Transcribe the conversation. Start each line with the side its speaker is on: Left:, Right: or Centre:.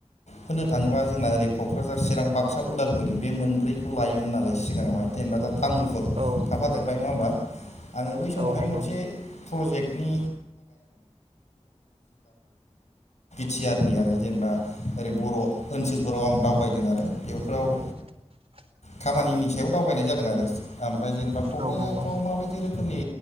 Left: होननो थाङोबा जोंना ओरै कक्राझार चिरां बाक्सा उदालगुरि बे मोनब्रैखौ लायोमोन नालाय सिगाङावहाय जेनेबा तामुलपुर
Right: औ
Left: थाफादेरबाय नङा होमबा आंङो बै समावहाय
Right: औ नंगौ
Left: मोनसे प्रजेक्ट बि टि आर नि आरो जेनेबा ओरै बर ओनसोलफोराव आं दावबायदों आरो बेफोराव
Right: <inaudible>
Left: खामानिनि सायाव दावबायनाय जादों आरो ओमफ्राय जेनेबा कक्राझारफ्राव
Right: औ नंगौ
Left: माबायदि रोखोमनि